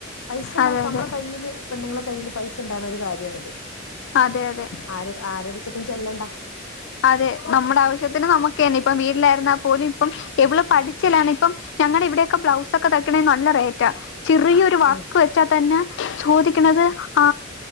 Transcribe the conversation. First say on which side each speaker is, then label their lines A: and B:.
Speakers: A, on the left; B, on the left.
A: പൈസ ഇണ്ടാക്ക
B: അതെ
A: എമ്മളെ കയ്യില് പെണ്ണുങ്ങളെ കയ്യിൽ പൈസ ഇണ്ടാവ്ണൊരു കാര്യാണ്ത്
B: അതെ അതെ
A: ആര ആരെട്ത്ത് കു ചെല്ലണ്ട
B: അതെ നമ്മുടെ ആവശ്യത്തിന് നമുക്ക്ന്നെ ഇപ്പം വീട്ടിലായിരുന്നാ പോലും ഇപ്പം എവളും പഠിച്ചലാണ് ഇപ്പം ഞങ്ങളുടെ ഇവിടെയൊക്കെ ബ്ലൗസ ഒക്കെ തയ്ക്കണ നല്ല റേറ്റാ ചെറിയൊരു വർക്ക്
A: ആ
B: വെച്ചാൽ തന്നെ ചോദിക്ക ആ